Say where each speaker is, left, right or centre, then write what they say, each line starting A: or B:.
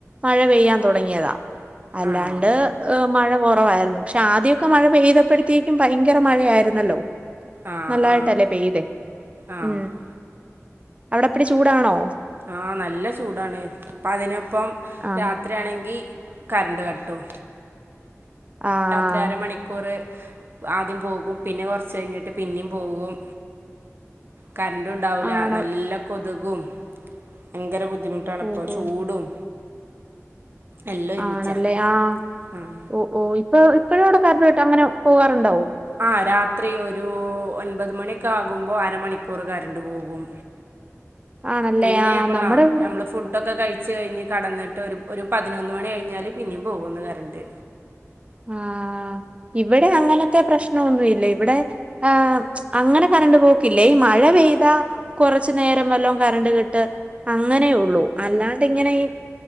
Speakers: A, on the right; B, on the right.
A: മഴ പെയ്യാൻ തുടങ്ങിയതാ അല്ലാണ്ട്
B: ആണോ
A: ഹ് മഴ കുറവായിരുന്നു പക്ഷെ ആദ്യൊക്കെ മഴ പെയ്തപ്പോഴത്തേ ക്ക്ഭയങ്കര മഴയായിരുന്നല്ലോ
B: ആഹ്
A: നല്ലായിട്ടല്ലേ
B: ആഹ്
A: പെയ്തെ
B: ആഹ്
A: ഉ അവിടെപ്പടി ചൂടാണോ
B: ആഹ് നല്ല ചൂടാണ് ഇപ്പ അതിനൊപ്പം
A: ആഹാ
B: രാത്രി യിലാണെങ്കികറണ്ട് കട്ടും
A: ആഹ്
B: രാത്രി അര മണിക്കൂറ് ആദ്യം പോകും പിന്നെ കുറച്ച് കഴിഞ്ഞിട്ട് പിന്നെയും പോകും കറണ്ട്ഉണ്ടാവില്ല
A: ആണോ
B: നല്ല കൊതുകും ഭയങ്കര ബുദ്ധിമുട്ടാണ് ഇപ്പൊ
A: ഓഹോ
B: ചൂടും എല്ലാം ഒരുമിച്ചാ
A: ആണല്ലേ ആഹ്
B: ഉം
A: ഓ ഓ ഇപ്പൊ ഇപ്പോഴും ഇവിടെ കരണ്ടകട്ട് അങ്ങനെ പോകാറുണ്ടാവോ
B: ആ രാത്രി ഒരു ഒൻപത് മണിയൊക്കെ ആകുമ്പോ അരമണിക്കൂർ കരണ്ട് പോകും
A: ആണല്ലേ
B: പിന്നെ
A: ആഹ്
B: നമ്മളാ
A: നമ്മുടെ ഇവിടെ
B: നമ്മള് ഫുഡൊക്കെ കഴി ച്ച് കഴിഞ്ഞ് കടന്നിട്ട് ഒരു ഒരു പതിനൊന്ന് മണി കഴിഞ്ഞാ പിന്നെയും പോകും ഒന്ന് കരണ്ട്
A: ആഹ് ഇവിടെ അങ്ങനത്തെ പ്രശ്നംന്നുമില്ല ഇവിടെ ആഹ് അങ്ങനെ കരണ്ട് പോക്കില്ല ഈ മഴ പെയ്താ കുറച്ച് നേരം വല്ലോ കറണ്ട് കട്ട് അങ്ങനെ ഉള്ളൂ അല്ലാ ണ്ട് ഇങ്ങനെ ഈ